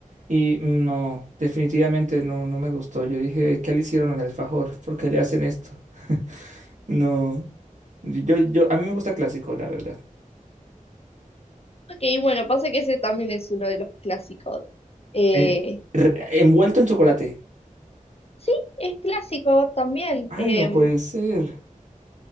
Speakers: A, on the right; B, on the left.
A: Y mm, no, definitivamente no, no me gustó. Yo dije, ¿qué le hicieron al alfajor? ¿Por qué le hacen esto? No. Yo, yo, a mí me gusta clásico, la verdad.
B: Ok, bueno, pasa que ese también es uno de los clásicos. Eh,
A: Eh, re- envuelto en chocolate.
B: sí, es clásico también,
A: Ay,
B: em,
A: no puede ser.